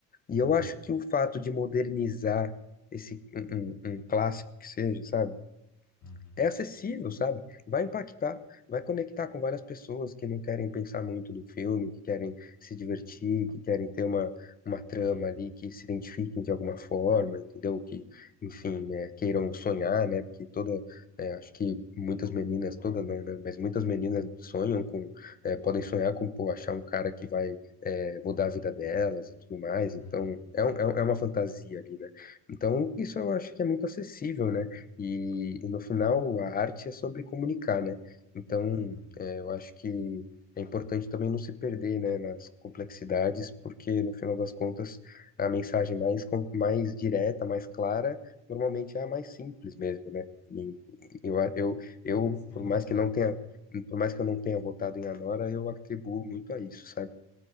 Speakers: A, on the left; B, on the left.
A: E
B: Hum,
A: eu acho que o fato de modernizar esse um, um um clássico que seja, sabe?
B: uhum,
A: é acessível, sabe? Vai impactar, vai conectar com várias pessoas que não querem pensar muito no filme, que querem se divertir, que querem ter uma, uma trama
B: uhum,
A: ali, que se identifiquem de alguma forma, entendeu? Que, enfim, né, queiram sonhar, né? Porque toda, é, acho que muitas meninas, toda não, né? Mas muitas meninas sonham com, é, podem sonhar com, pô, achar um cara que vai, é, mudar a vida delas e tudo mais.
B: uhum,
A: Então, é, um- é um- é uma fantasia ali, né? Então, isso eu acho que é muito acessível, né? E, e no final, a arte é sobre comunicar, né? Então,
B: uhum.
A: é, eu acho que é importante também não se perder, né, nas complexidades, porque no final das contas, a mensagem mais, com- mais direta, mais clara, normalmente é a mais simples mesmo, né? E eu, a- eu, eu,
B: É, você tem
A: por
B: razão.
A: mais que não tenha, por mais que eu não tenha votado em Anora, eu atribuo muito a isso, sabe?